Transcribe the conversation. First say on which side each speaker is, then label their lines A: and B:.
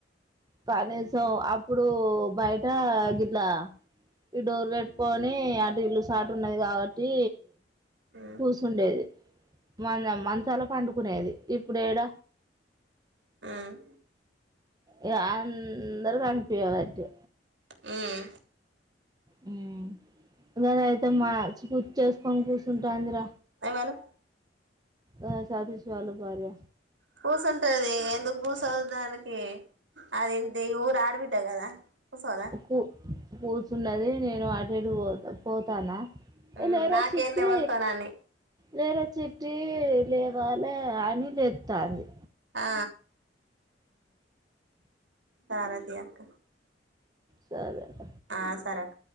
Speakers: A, on the right; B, on the right.
A: కనీసం అప్పుడూ బయట గిట్లా ఈ డోర్ పెట్టుకొని అటు ఇల్లు సాటు ఉన్నది కాబట్టి,
B: మ్మ్
A: కూసుండేది మన మంచాల పండుకునేది ఇప్పుడేడ
B: హ్మ్
A: ఇగ అందరు కనిపియ బెటె
B: హ్మ్
A: హ్మ్ గదైతే మాచి కుర్చి ఏసుకొని కూర్చుంటాందిర
B: హలో
A: అ సాది సవాల భార్య
B: కూసుంటది ఎందుకు కోసోదు దానికి అది ఇంటి ఈ ఊరి ఆడబిడ్డ కదా సరే
A: కూ కూర్చున్నది నేను అటు ఇటు పో పోతానా
B: మ్మ్
A: లేరా
B: నాకేంది
A: చిట్టీ
B: ఎవలితోనని
A: లేర చిట్ టి లేగాలే అని లెత్తాంది
B: ఆ హారతీ అక్క
A: సరే
B: ఆ సరక